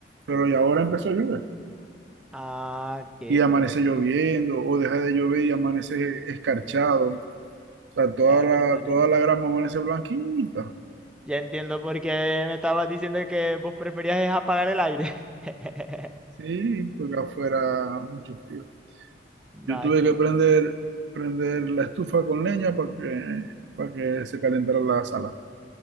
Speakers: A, on the right; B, in the centre.
A: pero y ahora empezó a llover.
B: Ah, qué
A: Y amanece
B: cosa.
A: lloviendo, o deja de llover y amanece escarchado. O sea, toda
B: Érdale.
A: la, toda la grama amanece blanquita.
B: Ya entiendo por qué me estabas diciendo que vos preferías es apagar el aire. <laughs>
A: Sí, porque afuera mucho frío.
B: Magi.
A: Yo tuve que prender, prender la estufa con leña para que, para que se calentara la sala.